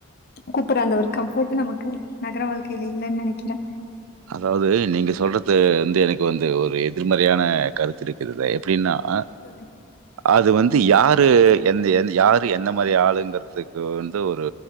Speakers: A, on the left (about 45°); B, on the right (about 70°).
A: கூப்புற அந்த ஒரு கம்ஃபோர்ட் நமக்கு நகர வாழ்க்கையல இல்லன்னு நெனைக்கறே
B: அதாவது நீங்க சொல்றது வந்து எனக்கு வந்து ஒரு எதிர்மறையான கருத்து இருக்குது இதுல எப்டின்னா ஆ
A: சொல்லுங்க
B: அது வந் அது யாரு எந்த எந் யாரு எந்த மாரி ஆளுங்கறதுக்கு வந்து ஒரு